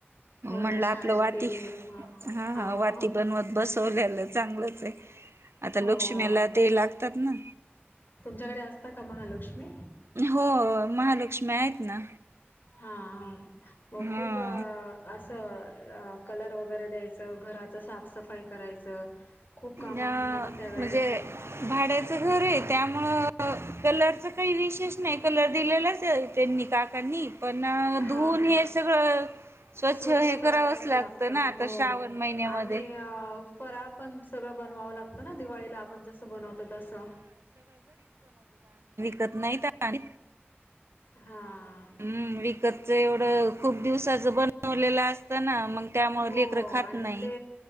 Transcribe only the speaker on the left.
हो
ना शाळेत
गेली हा
हो
हो
हो
तुमच्याकडे असता का महालक्ष्मी
हा हा मग
खूप अ असं. कलर वगैरे द्यायचं घराचं साफसफाई करायचं. खूप कामं
असतात ना त्यावेेळेस
हा
हा
स्वच्छ
करावच
लागत
हो
आणि अ फराळ पण सगळं बनवावं लागतं. ना दिवाळीला आपण जस बनवतो तस
हा
हो
आणि
ते